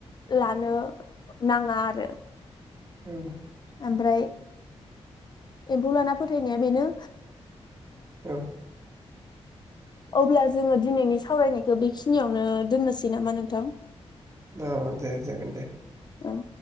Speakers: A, on the left (about 40°); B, on the right (about 30°).
A: लानो नाङा आरो।
B: औ
A: ओमफ्राय एम्फौ लाना फोथायनाया बेनो
B: औ
A: अब्ला जोङो दिनैनि सावरायनायखौ बेखिनियावनो दोननोसै नामा नोंथां?
B: औ दे जागोन दे
A: औ